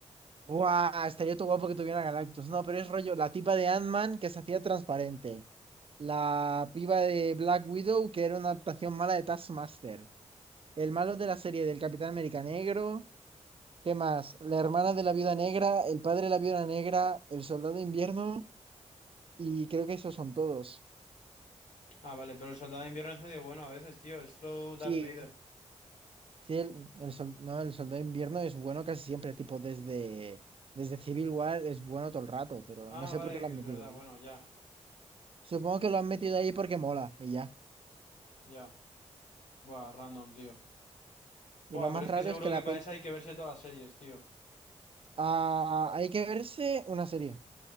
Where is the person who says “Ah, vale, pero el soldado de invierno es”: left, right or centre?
Left